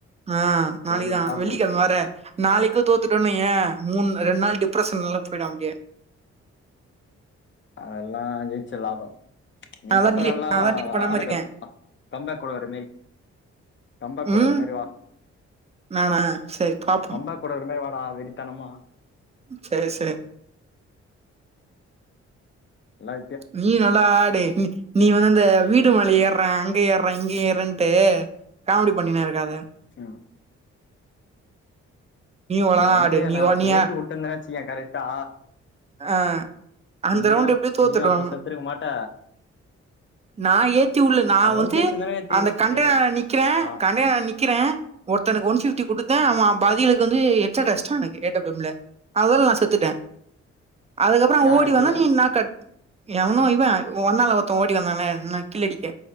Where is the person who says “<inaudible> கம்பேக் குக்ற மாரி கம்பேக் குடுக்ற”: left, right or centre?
Left